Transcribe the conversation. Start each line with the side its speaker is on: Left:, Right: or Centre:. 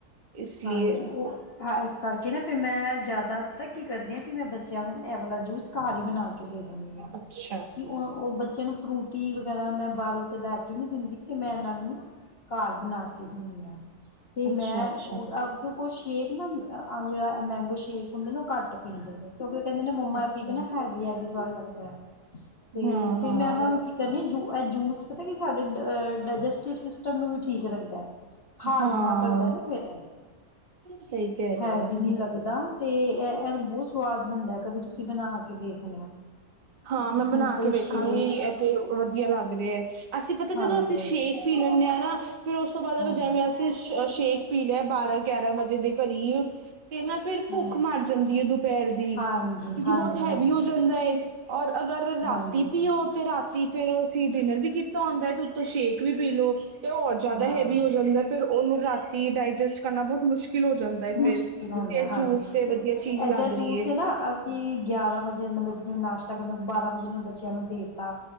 Right: ਇਸ ਲਈਏ।
Left: ਹਾਂਜੀ ਉਹ ਹਾਂ ਇਸ ਕਰਕੇ ਨਾ ਫਿਰ ਮੈਂ ਜ਼ਿਆਦਾ ਪਤਾ ਕੀ ਕਰਦੀ ਆਂ ਕਿ ਮੈਂ ਬੱਚਿਆਂ ਨੂੰ ਇਹ ਵਾਲਾ ਜੂਸ ਘਰ ਈ ਬਣਾ ਕੇ ਦੇ ਦਿੰਦੀ ਆਂ।
Right: ਅੱਛਾ।
Left: ਕਿ ਉਹ ਬੱਚੇ ਨੂੰ ਫਰੂਟ ਕੀ ਵਗੈਰਾ ਮੈਂ ਬਾਹਰੋਂ ਤੇ ਲੈ ਕੇ ਨਹੀਂ ਦਿੰਦੀ ਤੇ ਮੈਂ ਇਹਨਾਂ ਨੂੰ ਘਰ ਬਣਾ ਕੇ ਦਿੰਦੀ ਆ ਤੇ
Right: ਅੱਛਾ
Left: ਮੈਂ
Right: ਅੱਛਾ।
Left: ਅਗੋ ਕੋਈ ਸ਼ੇਕ ਨਾ ਆ ਜਿਹੜਾ ਮੈਂਗੋ ਸ਼ੇਕ ਹੁੰਦੇ ਨਾ ਉਹ ਘੱਟ ਪੀਂਦੇ ਨੇ ਕਿਉਂਕਿ ਉਹ ਕਹਿੰਦੇ ਨੇ ਮੰਮਾ
Right: ਅੱਛਾ।
Left: ਏ ਪੀਕੇ ਨਾ ਹੈਵੀ ਹੈਵੀ ਲੱਗਦਾ। ਤੇ
Right: ਹਾਂ,
Left: ਫਿਰ
Right: ਹਾਂ,
Left: ਮੈਂ ਉਹਨਾਂ ਨੂੰ ਕੀ ਕਰਨੀ ਜੂ ਇਹ ਜੂਸ ਪਤਾ ਕਿ ਸਾਡੇ ਡਾਇਜੈਸਟਿਵ ਸਿਸਟਮ ਨੂੰ ਵੀ ਠੀਕ ਰਹਿੰਦਾ। ਹਾਜਮਾ
Right: ਹਾਂ
Left: ਕਰਦਾ ਨਾ ਫਿਰ
Right: ਸਹੀ ਕਹਿ ਰਹੇ
Left: ਹੈਵੀ
Right: ਹੋ।
Left: ਨੀ ਲੱਗਦਾ। ਤੇ ਇਹ ਬਹੁਤ ਸਵਾਦ ਬਣਦਾ ਹੈ ਕਦੀ ਤੁਸੀਂ ਬਣਾ ਕੇ ਦੇਖ ਲੈ ਆ
Right: ਹਾਂ
Left: ਹੂ
Right: ਮੈਂ ਬਣਾ
Left: ਕਦੀ
Right: ਕੇ ਵੇਖਾਂਗੀ
Left: ਛੇ
Right: ਇਹ ਤੇ ਵਧੀਆ ਲੱਗ ਰਿਹਾ ਏ ਅਸੀ ਪਤਾ
Left: ਹਾਂਜੀ
Right: ਜਦੋਂ ਅਸੀਂ ਸ਼ੇਕ ਪੀ ਲੈਂਦੇ ਆ ਨਾ ਫਿਰ ਉਸ ਤੋਂ ਬਾਅਦ ਅਗਰ
Left: ਹਾਂ
Right: ਜੇਂਵੇਂ ਅਸੀਂ ਸ਼ ਅ ਸ਼ੇਕ ਪੀ ਲਿਆ ਬਾਰ੍ਹਾਂ ਗਿਆਰਾਂ ਵਜੇ ਦੇ ਕਰੀਬ ਤੇ ਨਾ ਫਿਰ ਭੁੱਖ
Left: ਹਾਂ
Right: ਮਰ ਜਾਂਦੀ ਏ ਦੁਪੈਰ ਦੀ
Left: ਹਾਂਜੀ
Right: ਵੀ
Left: ਹਾਂਜੀ
Right: ਬੋਤ ਹੈਵੀ
Left: ਹਾਂਜੀ
Right: ਹੋ ਜਾਂਦਾ ਏ ਔਰ ਅਗਰ ਰਾਤੀ
Left: ਹਾਂਜੀ
Right: ਪੀਓ ਤੇ ਰਾਤੀ ਫੇਰ ਓ ਅਸੀਂ ਡਿਨਰ ਵੀ ਕੀਤਾ ਹੁੰਦਾ ਏ ਤੇ ਉੱਤੋ ਸ਼ੇਕ ਵੀ ਪੀਲੋ ਅਤੇ ਹੋਰ ਜਾਦਾ
Left: ਹਾਂ
Right: ਹੈਵੀ ਹੋ ਜਾਂਦਾ ਏ ਫਿਰ ਉਹਨੂੰ ਰਾਤੀ ਡਾਇਜੈਸਟ ਕਰਨਾ ਬਹੁਤ ਮੁਸ਼ਕਿਲ ਹੋ ਜਾਂਦਾ ਹੈ
Left: ਮੁਸ਼ਕਿਲ
Right: ਫਿਰ
Left: ਹੁੰਦਾ
Right: ਤੇ
Left: ਹਾਂਜੀ
Right: ਜੂਸ
Left: ਤੇ
Right: ਵਧੀਆ ਚੀਜ਼
Left: ਇਹ
Right: ਲੱਗ
Left: ਜ
Right: ਰਹੀ
Left: ਜੂਸ ਹੈ ਨਾ ਅ ਕੀ ਗਿਆਰਾਂ ਵਜੇ ਮਤਲਬ ਕਿ ਨਾਸ਼ਤਾ ਕਰਨ ਬਾਰਾਂ ਵਜੇ ਨਾਲ ਬੱਚਿਆਂ ਨੂੰ ਦੇ ਤਾ